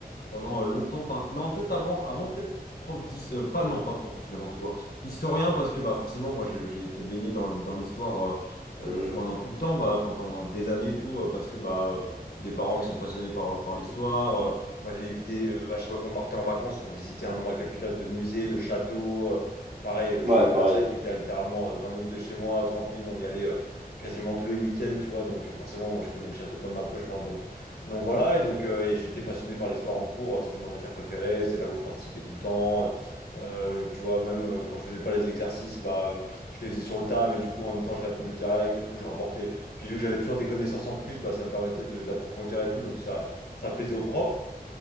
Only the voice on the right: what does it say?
Hmm.
Ouais,
pareil.